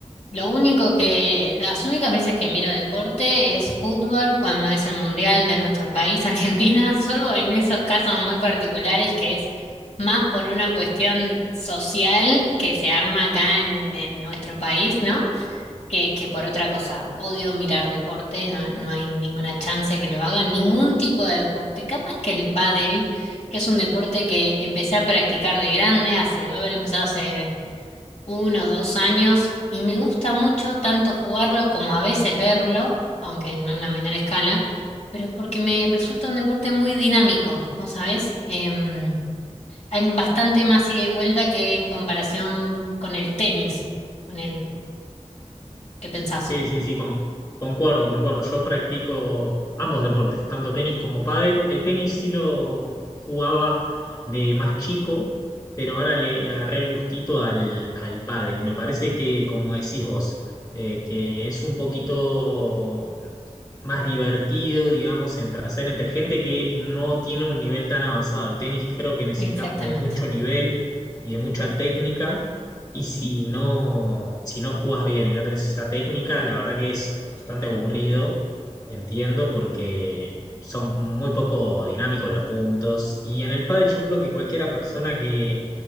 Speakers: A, on the left; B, on the left.
A: Lo único que, las únicas veces que miro deporte es fútbol cuando es el mundial de nuestro país, <laughs> Argentina, solo en esos casos muy particulares que es más por una cuestión social que se arma acá en, en nuestro país, ¿no? Que, que por otra cosa. Odio mirar deporte, no, no hay ninguna chance que lo haga, ningún tipo de deporte. Capaz que el pádel, que es un deporte que empecé a practicar de grande, hace, debo haber empezado hace uno o dos años y me gusta mucho tanto jugarlo como a veces verlo, aunque en una menor escala, pero es porque me resulta un deporte muy dinámico, ¿vos sabés? Em, hay bastante más ida y vuelta que en comparación con el tenis, con el, ¿qué pensás?
B: Sí, sí, sí, con- concuerdo, concuerdo. Yo practico ambos deportes, tanto tenis como pádel. El tenis sí lo jugaba de más chico, pero ahora le, le agarré el gustito al, al pádel. Y me parece que, como decís vos, eh, que es un poquito más divertido, digamos, entre hacer entre gente que no tiene un nivel tan avanzado. El tenis creo que necesitas
A: Exactamente.
B: de mucho nivel y de mucha técnica, y si no, si no jugás bien y no tenés esa técnica, la verdad que es bastante aburrido, entiendo, porque son muy poco dinámicos los puntos. Y en el pádel yo creo que cualquiera persona que